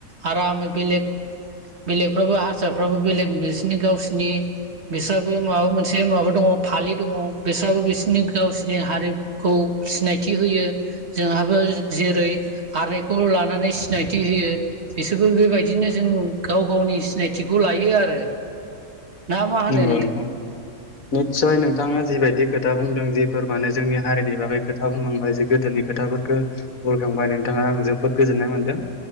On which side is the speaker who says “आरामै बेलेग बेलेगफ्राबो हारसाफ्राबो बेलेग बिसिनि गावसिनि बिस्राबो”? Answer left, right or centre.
Right